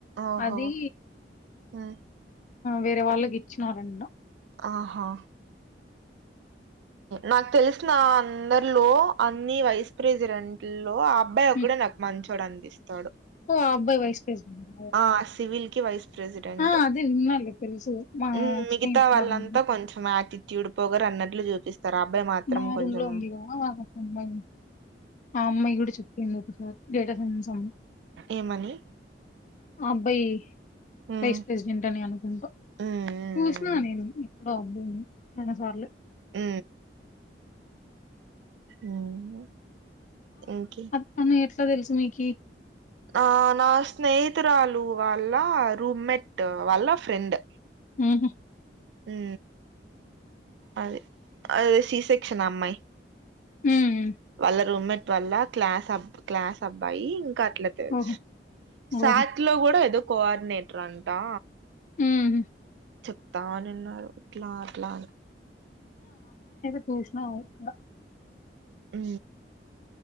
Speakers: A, on the right; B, on the left.
A: ఓహో!
B: అది
A: హ్మ్.
B: వేరే వాళ్ళకి ఇచ్చినారండి
A: ఆహా నాకు తెలిసిన అందరిలో అన్ని వైస్ ప్రెసిడెంట్ లో అబ్బాయి ఒకడే
B: ఉమ్,
A: నాకు మంచోడు అనిపిస్తాడు
B: ఓ ఆ అబ్బాయి వైస్ ప్రెసిడెంట్
A: ఆ సివిల్ కి వయసు ప్రెసిడెంట్
B: ఆ అదే విన్నాలే తెలుసు మా
A: ఊ మిగతా
B: స్నేహితురాలు
A: వాళ్ళంతా కొంచెం యాటిట్యూడ్ వీడుపోగారు అన్నట్లు చూపిస్తారు అబ్బాయి మాత్రం
B: మా
A: కొంచెం
B: రూమ్ లో ఉంది కదా ఒక అమ్మాయి ఆ అమ్మాయి కూడా చెప్పింది ఒకటి ఉద్యోగం గురించి
A: ఏమని
B: అబ్బాయి
A: హ్మ్.
B: వైస్ ప్రెసిడెంట్ అని అనుకుంటా
A: హ్మ్. హ్మ్.
B: చూసినా నేను ఆ అబ్బాయి రెండు సార్లు
A: ఉ ఉ హు ఇంకే
B: అన్న ఎట్లా తెలుసు మీకి
A: ఆ నా స్నేహితురాలు వాళ్ళ రూమ్మేట్ వాళ్ళ ఫ్రెండ్
B: ఉ హు
A: ఉ అదే అది శీసేక్షన్ అమ్మాయి
B: ఉ హు
A: వాళ్ళ రూమ్మేట్ వల్ల క్లాస్ అ క్లాస్ అబ్బాయి ఇంకా అట్లా తెలుసు
B: ఓహో
A: సాత్
B: ఓహో
A: లో కూడా ఏదో కోఆర్డినేటర్ అంటా
B: ఉ హు
A: చెప్తా అని అన్నారు అట్లా అట్లా అని
B: లేచినవా ఇక్కడ
A: ఉ